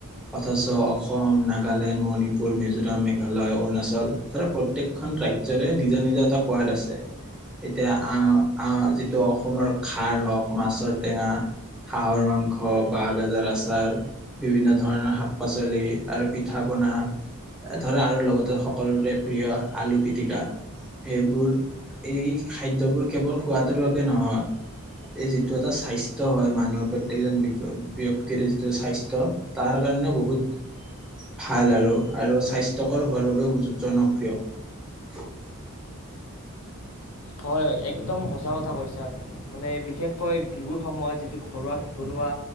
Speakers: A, in the centre; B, on the left (about 75°).
A: অথচ অসম, নাগালেণ্ড, মণিপুৰ, মিজোৰাম, মেঘালয়, অৰুণাচল ধৰা প্ৰ প্ৰত্যেকখন ৰাজ্যৰে নিজা নিজা এটা সোৱাদ আছে। এতিয়া আহ আহ যিটো অসমৰ খাৰ হওঁক, মাছৰ টেঙা হাঁহৰ মাংস, বাঁহগাজৰ আচাৰ, বিভিন্ন ধৰণৰ শাক-পাচলি আৰু পিঠা-পনা ধৰা আৰু লগতে সকলোৰে প্ৰিয় আলু পিটিকা, এইবোৰ এই খাদ্যবোৰ কেৱল সোৱাদৰ বাবে নহয় এই যিটো এটা স্বাস্থ্য হয় মানুহৰ প্ৰত্যেক জন ব্যক্তিৰ যিটো স্বাস্থ্য তাৰ কাৰণেও বহুত ভাল আৰু। আৰু স্বাস্থ্যকৰ হোৱাৰ বাবেও জনপ্ৰিয়। <inaudible>
B: হয় একদম সঁচা কথা কৈছা আৰু মানে বিশেষকৈ বিহুৰ সময়ত যিটো ঘৰত বনোৱা